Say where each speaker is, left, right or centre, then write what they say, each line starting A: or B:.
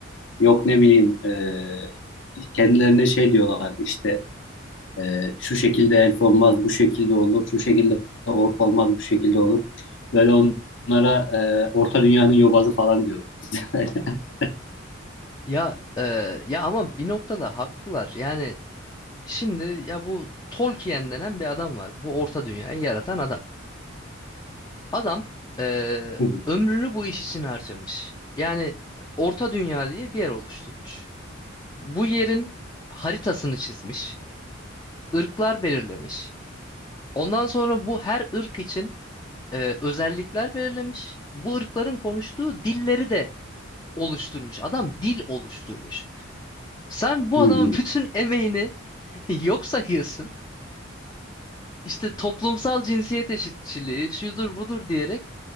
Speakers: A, on the left (about 65°); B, on the left (about 20°).
A: Yok ne bileyim, e, kendilerine şey diyorlardı işte. Ee, şu şekilde elf olmaz, bu şekilde olur, şu şekilde ork olmaz, bu şekilde olur. Böyle onlara e, Orta Dünya'nın yobazı falan diyor. <laughs>
B: Ya e, ya ama bir noktada haklılar. Yani şimdi ya bu Tolkien denen bir adam var. Bu Orta Dünya'yı yaratan adam. Adam e,
A: Hı
B: ömrünü bu iş için harcamış. Yani Orta Dünya diye bir yer oluşturmuş. Bu yerin haritasını çizmiş, ırklar belirlemiş. Ondan sonra bu her ırk için e, özellikler belirlemiş. Bu ırkların konuştuğu dilleri de oluşturmuş. Adam dil oluşturmuş. Sen bu
A: hı.
B: adamın bütün emeğini <laughs> yok sayıyorsun. İşte toplumsal cinsiyet eşitçiliği şudur budur diyerek